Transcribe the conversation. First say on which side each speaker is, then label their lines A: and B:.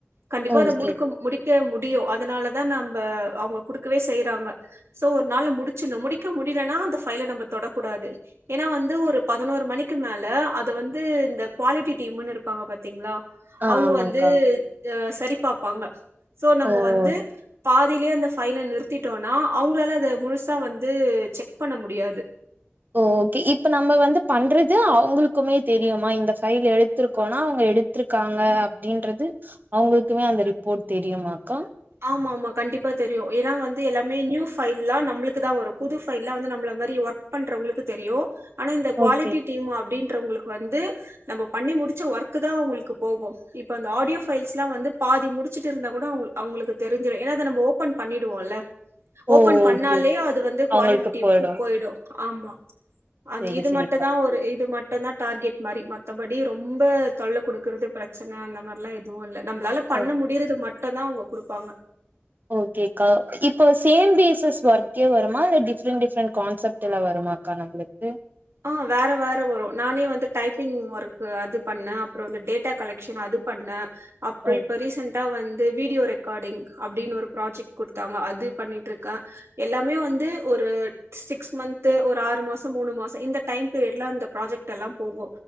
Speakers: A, on the right; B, on the right.
A: கண்டிப்பா
B: ஓகே
A: அத முடிக்க முடிக்க முடிக்க முடியும் அதனாலதான் நம்ம அவங்க குடுக்கவே செய்யறாங்க சோ ஒரு நாாள முடிச்சுணும் முடிக்க முடியலனா அந்த ஃபைலை நம்ம தொடக்கூடாது ஏன்னா வந்து ஒரு பதினோரு மணிக்கு மேல அது வந்து இந்த குவாலிட்டி டீம்ன்னு இருப்பாங்க பாத்தீங்களா
B: ஆ
A: அவங்க
B: ஆமாக்கா
A: வந்து சரி பாார்பாங்க சோ நம்ம
B: ஓ
A: வந்து பாதி பாதிலயே அந்த பைஃல நிறுத்திட்டோம்னா அவங்களால அத முழுசா வந்து செக் பண்ண முடியாது
B: ஓகே இப்ப நம்ம வந்து பண்றது அவங்களுக்கு க்குமே தெரியுமா இந்த பைல் எடுத்திருக்கோனா அவங்க எடுத்திருக்காங்க அப்படின்றது அவங்களுக்குமே அந்த ரிப்போர்ட் தெரியுமா அக்கா
A: ஆமா ஆமா கண்டிப்பா தெரி தெரியும் ஏன்னா வந்து எல்லாமே நியூ பைல்லாம் நம்மளுக்கு தான் வரும் புது பைல்ல வந்து நம்ம மாதிரி ஒர்க் பண்றவங்களுக்கு தெரியும் ஆனா இந்த குவாலிட்டி
B: ஓகே
A: டீம் அப்படின்னு மற்றவங்களுக்குவந்து நம்ம பண்ணி முடிச்ச ஒர்க் தான் உங்களுக்கு போகும் இப்ப அந்த ஆடியோ பைல்ஸ்ல்லாம் வந்து பாதி முடிச்சிட்டு இருந்தா கூட அவங்க அவங்களுக்கு தெரிஞ்சிடும் ஏன்ன அத நம ஓபன் பண்ணிடுவோல்ல ஓபன்
B: ஓ
A: பண்ணாலே
B: ஓகே ஓகே
A: அது வந்து குவாலிட்டி
B: அவங்களுக்கு
A: டீமுக்கு
B: போயிடு
A: போயிடும் ஆமா அது
B: செரி
A: இது
B: செரிக்கா
A: மட்டு தான் ஒரு இது மட்டு மட்டும்தான் டார்கெட் மாதிரி மத்தபடி ரொம்ப தொல்லை கொடுக்கிறது பிரச்சனை அந்த மாதிரிலாம் எதுவும் இல்லா நம்மளால பண்ண
B: ம்
A: முடியுறது மட்டு <unintelligible> கொடுப்பாங்க
B: ஓகேக்கா இப்போ சேம் பேசஸ் ஒர்க்கே வருமா இல்ல டிஃப்ரெண்ட் டிஃப்ரெண்ட் கான்செப்ட்ல வருமாக்கா நம்மளுக்கு
A: ஆஹ் வேற வேற வரும் நானே வந்து டைப்பிங் ஒர்க்கு அது பண்ண அப்புறோ டேட்டா கலெக்ஷன் அது பண்ண அப்புறோ
B: ம்
A: இப்ப ரீசண்ட்டா வந்து வீடியோ ரெக்கார்டிங் அப்புடின்னு ஒரு பராஜக்ட் கொடுத்தாங்க அது பண்ணிட்ருக்க எல்லாமே வந்து ஒரு சிக்ஸ் மந்த ஒரு ஆறு மாச மூணு மாச இந்த டைம் பீரியடுல அந்த ப்ராஜெக்ட் எல்லா போகு